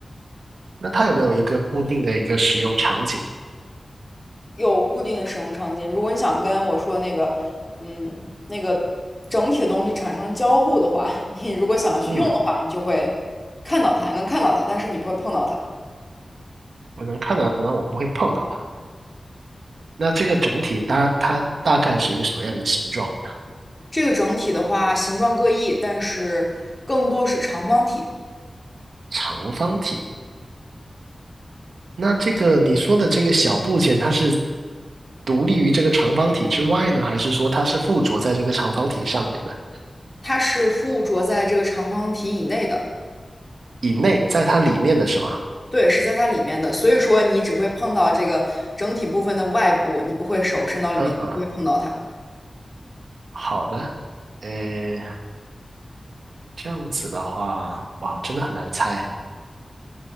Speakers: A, on the right (about 85°); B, on the left (about 25°).
A: 那它有没有一个固定的一个使用场景？
B: 有固定的使用场景。如果你想跟我说那个，嗯，那个整体的东西产生交互的话，<laughs> 你如果想要去用的话，
A: 嗯，
B: 你就会看到它，你能看到它，但是你不会碰到它。
A: 我能看到可能我不会碰到它。那这个整体搭它大概是一个什么样的形状呢？
B: 这个整体的话，形状各异，但是更多是长方体，
A: 长方体。那这个你说的这个小部件，它是独立于这个长方体之外呢，还是说它是附着在这个长方体上面的？
B: 它是附着在这个长方体以内的，
A: 以内，在它里面的是吗？
B: 对，是在它里面的，所以说你只会碰到这个整体部分的外部，你不会手伸到里面，
A: 嗯，
B: 你不会碰到它。
A: 好的，呃，这样子的话，哇，真的很难猜。